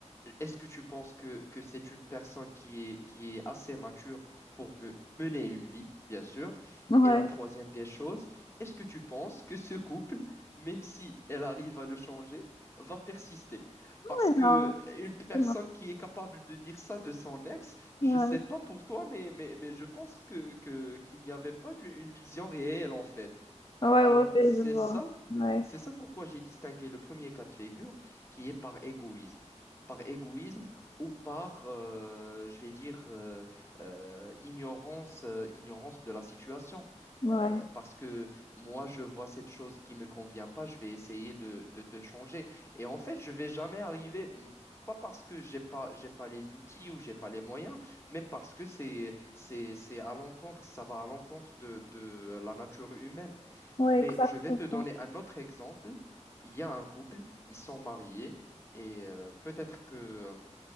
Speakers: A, on the left; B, on the left.
A: est-ce que tu penses que, que c'est une personne qui est, qui est assez mature pour me mener une vie, bien sûr?
B: Ouais.
A: Et la troisième des choses, est-ce que tu penses que ce couple, même si elle arrive à le changer, va persister?
B: Ouais,
A: Parce que
B: non.
A: une personne
B: non.
A: qui est capable de dire ça de son ex,
B: Ouais.
A: je sais pas pour toi, mais, mais, mais je pense que, que, qu'il n'y avait pas d'une- une vision réelle en fait.
B: Ouais,
A: Alors,
B: ouais, ouais,
A: c'est
B: je vois.
A: ça,
B: Ouais.
A: c'est ça pourquoi j'ai distingué le premier cas de figure qui est par égoïsme. Par égoïsme ou par, euh, je vais dire, euh, euh, ignorance, euh, ignorance de la situation.
B: Ouais.
A: Euh, parce que moi, je vois cette chose qui ne me convient pas, je vais essayer de, de te changer. Et en fait, je vais jamais arriver, m- pas parce que j'ai pas, j'ai pas les outils ou j'ai pas les moyens, mais parce que c'est, c'est, c'est à l'encontre, ça va à l'encontre de, de la nature humaine.
B: Ouais,
A: Mais
B: exactement.
A: je vais te donner un autre exemple. Il y a un couple, ils sont mariés et euh, peut-être que euh,